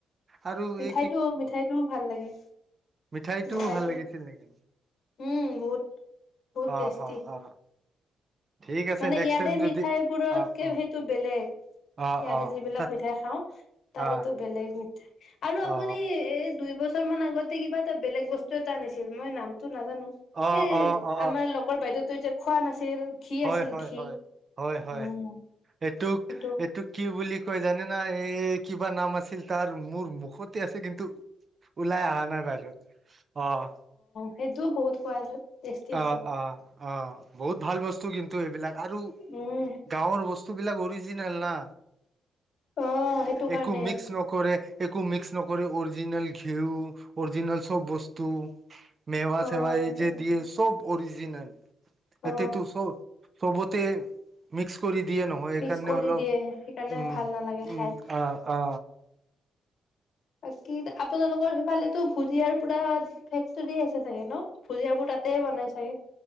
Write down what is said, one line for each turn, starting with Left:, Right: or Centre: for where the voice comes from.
Right: আৰু
Left: মিঠাইতটো,
Right: এই
Left: মিঠাইটোও ভাল লাগে।
Right: মিঠাইতটো
Left: মিঠাইটো
Right: ভাল লাগিছিল নেকি?
Left: উম বহুত, বহুত
Right: অ
Left: টেষ্টি
Right: অ অ ঠিক আছে
Left: মানে
Right: নেক্সট
Left: ইয়াতে
Right: টাইম
Left: মিঠাইবোৰতকে
Right: যদি অ উম
Left: সেইটো বেলেগ। ইয়াতে
Right: অ অ
Left: যিবিলাক
Right: তাত
Left: মিঠাই খাওঁ। তাৰেতো
Right: অ
Left: বেলেগ মিঠাই আৰু
Right: অ
Left: আপুনি এই দুই বছৰ মান আগতে কিবা এটা বেলেগ বস্তু এটা আনিছিল, মই নামটো নাজানো
Right: অ
Left: এই
Right: অ অ
Left: আমাৰ লগৰ বাইদেউ তো যে খোৱা নাছিল। ঘি
Right: হয়-হয়-হয়-হয়-হয়।
Left: আছিল ঘি উম
Right: তোক
Left: সেইটো
Right: এইটোক কি বুলি কৈ জানি নাই এই কিবা নাম আছিল। তাৰ মোৰ মুখতে আছে কিন্তু ওলাই অহা নাই বাহিৰত অ'
Left: সেইটোও বহুত সোৱাদ টেষ্টি আছিল
Right: অ, অ, অ বহুত ভাল বস্তু কিন্তু এইবিলাক, আৰু
Left: উম
Right: গাঁৱৰ বস্তু বস্তুবিলাক অৰিজিনেল না
Left: অ সেইটো কাৰণে
Right: একো মিক্স নকৰে একো মিক্স নকৰি অৰিজিনেল ঘিউ, অৰিজিনেল চব বস্তু, মেৱ
Left: অ
Right: চেৱ
Left: সেইকাৰণে
Right: এই যে, চব অৰিজনেল
Left: অ
Right: এতিতো চ চবত। মিক্স কৰি দিয়ে নহয় এইেইকাৰণে
Left: মিক্স কৰি
Right: অলপ
Left: দিয়ে সেইকাৰণে
Right: উম
Left: ভাল নালাগে
Right: উম
Left: খাই
Right: অ অ
Left: বাকি আপোনালোকৰ সেইফালেতো ভুজিয়াৰ পুৰা ভে আছে চাগে ন? ভুজিয়াবোৰ তাতে বনাই চাগে